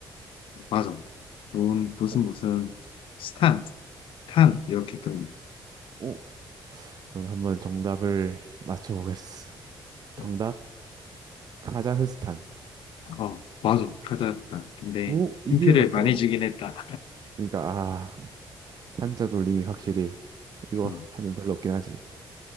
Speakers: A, on the left; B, on the right.
A: 맞아. 돈, 무슨,
B: 오,
A: 무슨, 스탄, 탄, 이렇게 끊는.
B: 오. 그럼 한번 정답을 맞춰보겠어. 정답
A: 어,
B: 카자흐스탄.
A: 어, 맞아. 찾아왔다. 근데
B: 오 이게
A: 힌트를
B: 맞다고?
A: 많이 주긴 했다.
B: 그러니까 아 탄자 돌림이 확실히 이거
A: 음.
B: 하면 별로 없긴 하지.